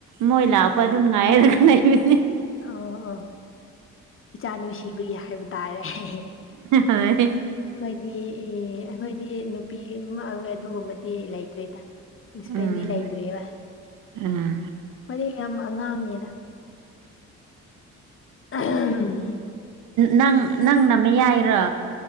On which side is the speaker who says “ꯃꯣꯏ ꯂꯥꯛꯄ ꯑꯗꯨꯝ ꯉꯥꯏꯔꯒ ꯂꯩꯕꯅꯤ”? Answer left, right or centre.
Right